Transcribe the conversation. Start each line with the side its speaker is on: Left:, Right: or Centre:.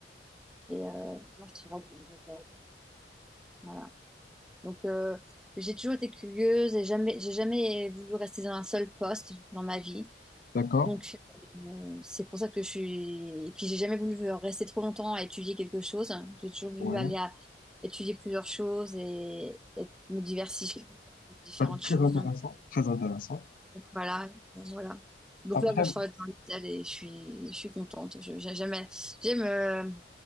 Centre: et, euh, moi, je travaille pour une hôtel. Voilà. Donc, euh, j'ai toujours été curieuse et jamais, j'ai jamais voulu rester dans un seul poste dans ma vie.
Left: d'accord,
Centre: Donc, euh, c'est pour ça que je suis. Et puis, j'ai jamais voulu rester trop longtemps à étudier quelque chose. J'ai toujours voulu
Left: ouais.
Centre: aller à étudier plusieurs choses et, et me diversifier dans différentes
Left: Ben, très
Centre: choses.
Left: intéressant,
Centre: Donc,
Left: très intéressant.
Centre: Donc voilà, ben, voilà. Donc
Left: Après,
Centre: là, moi, je travaille dans l'hôpital et je suis, je suis contente. Je- j'ai- J'aime, j'aime euh,